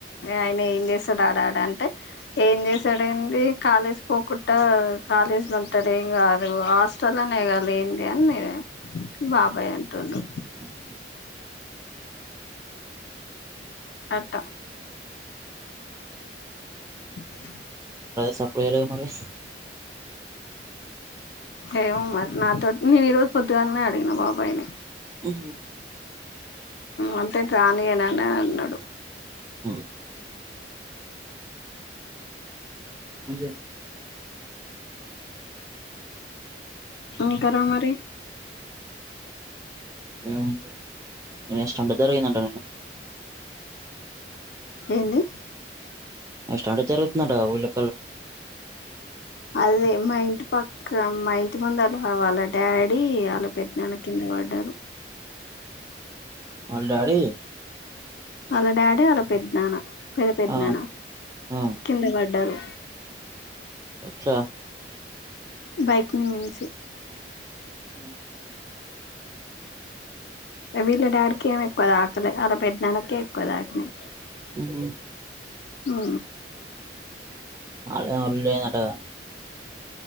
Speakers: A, on the left (about 65°); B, on the right (about 20°).
A: ఆయన ఏం చేస్తాడు ఆడాడంటే ఏం చేశాడండి కాలేజీ పోకుడా కాలేజీలో ఉంటాడు ఏం కాదు హాస్టల్ ఏంటి అని ఉన్న బాబాయ్ అంటుండు
B: ఉ హో
A: అడ డోర్ సౌండ్
B: సప్లై చేయాలి మరి
A: ఏమ మరి నాతో నేను ఈరోజు పొద్దుగాలనే అడిగిన బాబాయిని
B: ఉ
A: అంటే రానీయనని అన్నాడు
B: ఉ మంచి
A: ఉంటారో మరి
B: ఎట్లా జరిగిందంట
A: ఏంది
B: స్టాటజీ తరుగుతుందంటా ఊళ్లే
A: అదే మా ఇంటి పక్క మా ఇంటి ముందు వాల డాడీ డి వాళ్ళ పెదనాన్న కింద పడ్డారు
B: వాళ్ల డాడీ
A: వాళ్ళ డాడీ వాళ్ళ పెద్ద నాన్న పెద్ద పెద్ద
B: ఆ
A: నాన్న
B: ఆ
A: కింద పడ్డారు
B: ఎట్లా
A: బైక్ మీద నుంచి
B: ఉ
A: వీళ్ళ డాడికి ఏమి ఎక్కువ తాకలే అలా పెద్ద నాన్నకి ఎక్కువ తాకినాయి
B: ఉ హు
A: ఉ
B: ఆడ ఉండు లేదట కదా